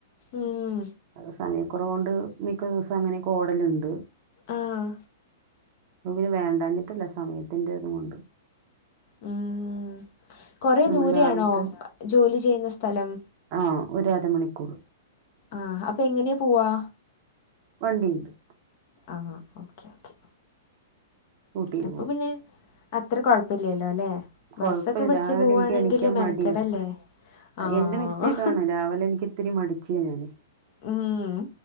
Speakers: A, on the left (about 50°); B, on the right (about 45°).
A: ഉം
B: സമയക്കൊറവോണ്ട് മിക്ക ദിവസ അങ്ങനൊക്കെ ഓടലുണ്ട്
A: ആഹ്
B: അപ്പ പിന്നെ വേണ്ടഞിട്ടല്ല സമയത്തിന്റെ ഇത് കൊണ്ട്
A: ഉം കൊറേ
B: നമ്മൾ
A: ദൂരെയാണൊ
B: രാവിലത്തെ
A: ജോലി ചെയ്യ്ന്ന സ്ഥലം?
B: ആഹ് ഒര് അരമണിക്കൂറ്
A: ആഹ് അപ്പൊ എങ്ങനെ പോവാ?
B: വണ്ടിയ്ണ്ട്
A: ആഹാ ഓക്കേ ഓക്കേ
B: ഊട്ടിയിൽ
A: അപ്പൊ
B: പോവും
A: പിന്നെ അത്ര കൊഴപ്പില്ലല്ലോ അല്ലേ
B: കുഴപ്പമില്ല
A: ബസ്സൊക്കെ പിടിച്ച്
B: രാവിലെ
A: പോവാണെങ്കില്
B: എനിക്ക് എണിക്കാൻ
A: മെനക്കെടല്ലേ
B: മടിയാ
A: ആഹ്
B: എന്റെ മിസ്റ്റേക്കാണ് രാവിലെ എനിക്ക് ഇത്തിരി മടിച്ചിയാ ഞാന്
A: ഉം